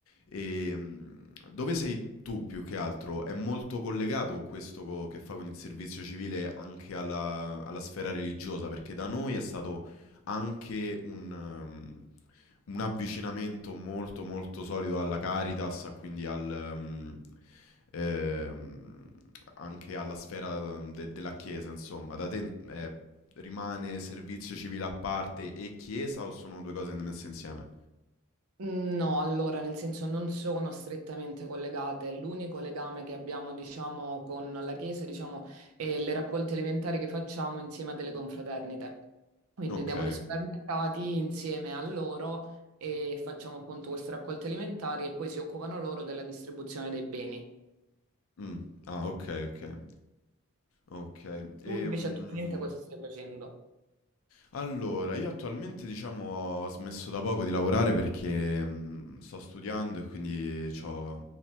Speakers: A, on the left; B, on the right.
A: E mh, dove sei tu più che altro? È molto collegato questo co- che fa con il servizio civile anche alla, alla sfera religiosa, perché da noi è stato anche un, um, un avvicinamento molto molto solido alla Caritas, a quindi al, um, ehm, anche alla sfera um, de- della Chiesa, insomma. Da te eh, rimane servizio civile a parte e Chiesa o sono due cose messe insieme?
B: No, allora, nel senso non sono strettamente collegate. L'unico legame che abbiamo, diciamo, con la Chiesa, diciamo, è le raccolte elementari che facciamo insieme a delle confraternite. Quindi
A: Ok.
B: andiamo nei supermercati insieme a loro e facciamo appunto queste raccolte elementari e poi si occupano loro della distribuzione dei beni.
A: Mm. Ah, ok, ok. Okay.
B: Tu
A: Ehm,
B: invece attualmente cosa stai facendo?
A: allora, io attualmente diciamo ho smesso da poco di lavorare perché mh, sto studiando e quindi ho